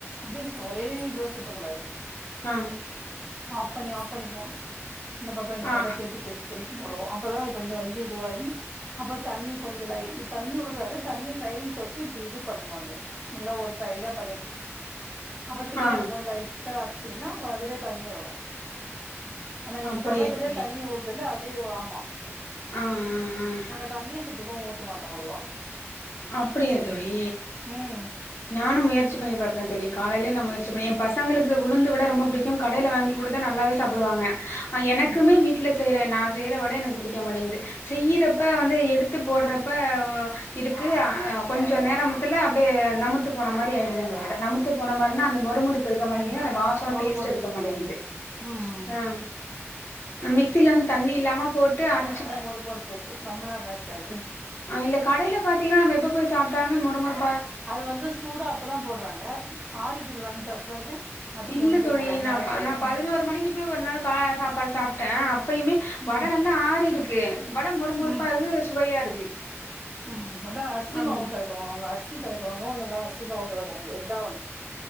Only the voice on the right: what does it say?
அப்டியே ஒரே இதுவ சுத்தக்கூடாது
ஆஃப் பண்ணி ஆஃப் பண்ணி போடணும் இந்த பக்கம் இந்த
பக்கம் திருப்பி திருப்பி திருப்பி போடுவோம் அப்பதான் அது கொஞ்சோ கொஞ்சோ இதுவாகி அப்புறோ தண்ணி கொஞ்சோ லைட் தண்ணிவுடு கூடாது தண்ணி கையில் தொட்டு இப்டி இது பண்ணுவோ அது நல்லா ஒரு சைடா பண்ணிட்டு அப்ப திரியாப்போ
லைட்டா அடிச்சீங்கன்னா அதுலயே தண்ணி வரும் ஆனா நீங்க
தொடர்த்துலே
தண்ணி ஊத் த்துணு அதே வா ஆம்மா
நாங்க தண்ணியே சுத்தமா ஊத்த மாட்டோம் அவ்வளவா
ம்
ம்
ம்
ம்
மொறு
மொறுப்புக்கு
வந்து ம் ம்
மேர் மேர்க்கும் ரொம்ப நல்லாருக்காது
அது வந்து சூடா அப்பதா போடுறாங்க ஆரிட்டது வாங்கி சாப்ட்டு பாருங்க அது
மொறு மொறுப்பு
ரொம்ப
நேர இருக்காது
ம்
ம்
ம்
ம் அதா அரிசிமாவு
கலக்குவாங்க அவுங்க அரிசி கலக்குவாங்கோ இல்லன்னா அரிசிமாவ் கலக்குவாங்க இத்தா ஒண்ணு